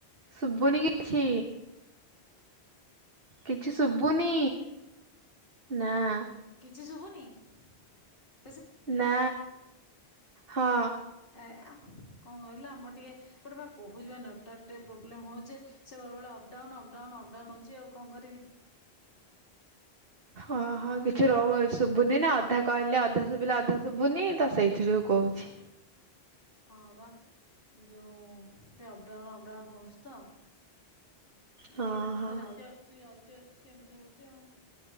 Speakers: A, on the right; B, on the left.
A: ଶୁଭୁନି କିଛି। କିଛି ଶୁଭୁନି ନାଆ
B: କିଛି ଶୁଭୁନି। <inaudible>
A: ନା। ହଁ।
B: ଏ କଣ କହିଲ ଆମର ଟିକେ ଗୋଟେ କହୁଛିପା ନେଟୱର୍କ ଟିକେ ପ୍ରୋବ୍ଲେମ ହଉଛେ ସେ ବେଳେ ବେଳେ ଅପଡାଉନ ଅପଡାଉନ୍ ଅପଡାଉନ୍ ହଉଛି ଆଉ କଣ କରିବି।
A: ଅହଁ
B: ଆଉ
A: କିଛି ରହୁ ଶୁଭୁନି ନା ଅଧା କହିଲେ ଅଧା ଶୁଭିଲେ ଅଧା ଶୁଭୁନି ତ ସେଇଥିଯୋଗୁଁ କହୁଛି।
B: ହଁ ବା ଯଉ ସେ ଅପଡାଉନ ଡାଉନ୍ ହଉଛି ତ ନାଇଁ
A: ହଁ
B: ନଟର
A: ହଁ
B: ଯାଉଛି ଆସୁଛି ଯାଉଛି ଛି ଏମିତି ହଉଛି ଆଉ